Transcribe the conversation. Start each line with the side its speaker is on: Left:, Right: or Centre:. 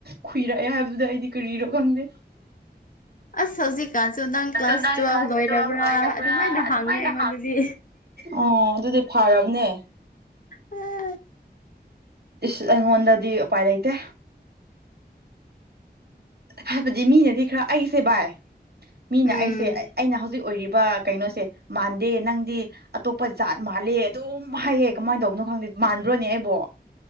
Right: ꯈꯨꯨꯏꯔꯛꯑꯦ ꯍꯥꯏꯕꯗꯨꯗ ꯑꯩꯗꯤ ꯀꯔꯤꯔꯣ ꯈꯪꯗꯦ
Left: ꯑꯁ ꯍꯧꯖꯤꯛꯀꯥꯟꯁꯨ ꯅꯪ ꯀ꯭ꯂꯥꯁ
Right: ꯑꯗꯣ ꯅꯪ
Left: ꯇꯨꯋꯦꯜꯕ
Right: ꯀ꯭ꯂꯥꯁ
Left: ꯂꯣꯏꯔꯕ꯭ꯔꯥ
Right: ꯇꯨꯋꯦꯜꯕ
Left: ꯑꯗꯨꯃꯥꯏꯅ
Right: ꯑꯗꯨꯃꯥꯏꯅ
Left: ꯍꯪꯉꯦ ꯑꯩꯉꯣꯟꯗꯗꯤ
Right: ꯑꯣ ꯑꯗꯨꯗꯤ ꯐꯥꯔꯕꯅꯦ
Left: ꯎꯝ
Right: ꯏꯁ ꯑꯩꯉꯣꯟꯗꯗꯤ ꯎꯄꯥꯏ ꯂꯩꯇꯦ ꯍꯥꯏꯕꯗꯤ ꯃꯤꯅꯗꯤ ꯈꯔ ꯑꯩꯁꯦ ꯕꯥꯏ ꯃꯤꯅ
Left: ꯎꯝ
Right: ꯑꯩꯁꯦ ꯑꯩꯅ ꯍꯧꯖꯤꯛ ꯑꯣꯏꯔꯤꯕ ꯀꯩꯅꯣꯁꯦ ꯃꯥꯟꯗꯦ ꯅꯪꯗꯤ ꯑꯇꯣꯞꯄ ꯖꯥꯠ ꯃꯥꯜꯂꯦ ꯑꯗꯨꯝ ꯍꯥꯏꯌꯦ ꯀꯃꯥꯏꯅ ꯇꯧꯕꯅꯣ ꯈꯪꯗꯦ ꯃꯥꯟꯕ꯭ꯔꯣꯅꯦ ꯑꯩꯕꯣ